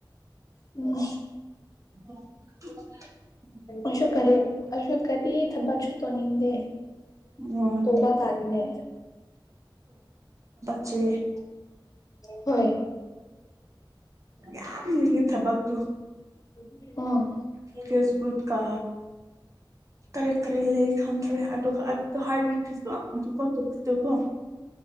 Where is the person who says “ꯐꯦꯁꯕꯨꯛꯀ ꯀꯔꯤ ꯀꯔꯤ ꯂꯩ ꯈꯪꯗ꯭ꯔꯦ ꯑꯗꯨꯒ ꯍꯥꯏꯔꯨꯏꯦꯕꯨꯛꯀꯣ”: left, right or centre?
Right